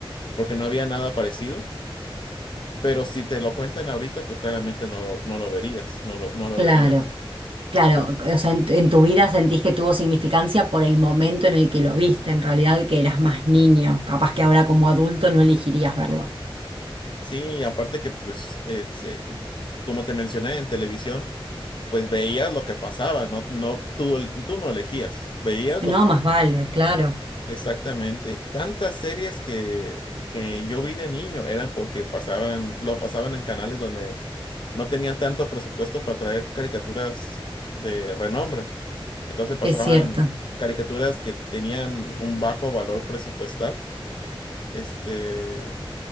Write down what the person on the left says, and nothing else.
porque no había nada parecido. Pero si te lo cuentan ahorita, pues claramente no lo, no lo verías, no lo, no lo
verías.
Pe-
sí, aparte que pues, eh, se- como te mencioné, en televisión, pues veías lo que pasaba, no, no, tú, tú no elegías, veías
lo que,
Exactamente. Tantas series que, que yo vi de niño eran porque pasaban, lo pasaban en canales donde no tenían tanto presupuesto para traer caricaturas de renombre. Entonces pasaban
caricaturas que tenían un bajo valor presupuestal. Este,